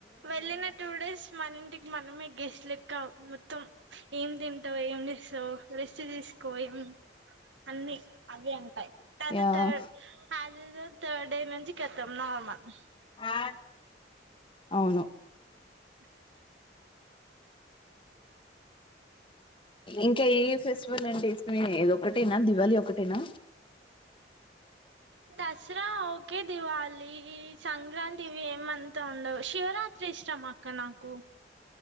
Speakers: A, on the right; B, on the left.
A: వెళ్ళిన టూ డేస్ మన ఇంటికి మనమే గెస్ట్లు. ఇంకా మొత్తం ఏం తింటావు ఏం చేస్తావు రెస్ట్ తీసుకో ఏం అన్నీ అవి ఉంటాయి తత
B: యాహ్!
A: త హల్ డె థర్డ్ డే నుంచి కతం నార్మల్
B: ఆ అవును
A: <inaudible>
B: ఇంకా ఏ ఏ ఫెస్టివల్ అంటే ఇష్టం ఇది ఒకటేనా దివాళి ఒకటేనా
A: దసరా ఒకె దివాలీ సంక్రాంతి వేమంత్ ఉండదు శివరాత్రి ఇష్టం అక్క నాకు